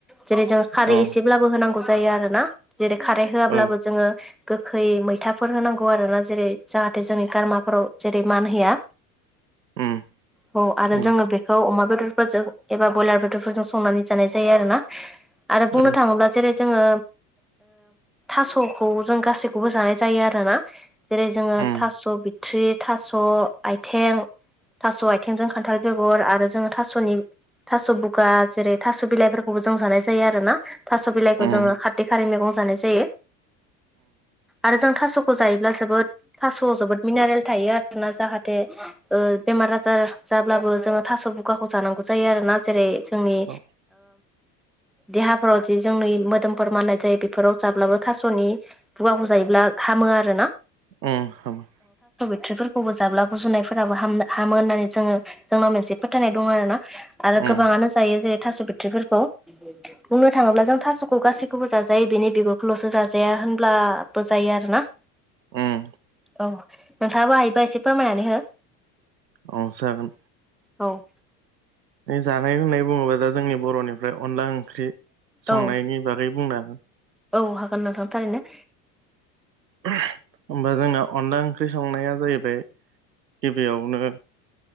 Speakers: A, in the centre; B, on the right.
A: जेरै जोङो खारै
B: औ
A: एसेब्लाबो होनांगौ जायो आरो ना जेरै खारै होआाबब्लाबो
B: औ
A: जोङो गोखै मैथाफोर होनांगौ आरो ना जेरै जाहाथे जोंनि गारमाफोराव जेरै मान होया
B: उम
A: औ आरो
B: उम
A: जोङो बेखौ अमा एबा बयलार बेदर संनानै जानाय जायो आरोना आरो बुंनो
B: औ
A: थाङोब्ला जेरै जोङो थास'खौ जों गासैखौबो जानाय जायो आरोना जेरै जोङो
B: उम
A: थास' बिथ्रि थास' आइथें थास' आइथेंजों खान्थाल बेगर आरो जोङो थास'नि थास' बुगा जेरै थास' बिलाइफोरखौबो जों जानाय जायो आरो ना थास' बिलाइखौ
B: उम
A: जोङो खारदै खारै मैगं जानाय जायो आरो जों थास' खौ जायोब्ला जोबोद थास' जोबोद मिनारेल थायो आरोना जाहाथे बेमार आजार जाब्लाबो जोङो थास' बुगाखौ जानांगौ जायो आरोना जेरै जोंनि
B: उम
A: देहाफोराव जि जोंनि मोदोमफोर माननाय जायो बेफोराव जाब्लाबो थास'नि बुगाखौ जायोब्ला हामो बुङो आरोना
B: औ हामो
A: बुथ्रिफोरखौबो जाब्ला गुजुनायफोराबो हाम हामो होननानै जोङो जोंनाव मोनसे फोथायनाय दं आरोना आरो
B: उम
A: गोबाङानो जायो जेरै थास' बिथ्रिफोरखौ बुंनो थाङोब्ला जों थास'खौ गासैखौबो जाजायो बेनि बिगुरखौल'सो जाजाया होनब्लाबो जायो आरोना
B: उम
A: औ नोंथाङाबो हायोबो एसे फोरमायनानै हो
B: औ जागोन
A: औ
B: जानाय लोंनाय बुङोबा दा जोंनि बर'निफ्राय अनला ओंख्रि संनायनि
A: औ
B: बागै बुंनो आं
A: औ हागोन नोंथां थारैनो
B: होनबा जोंना अनला ओंख्रि संनाया जाहैबाय गिबियावनो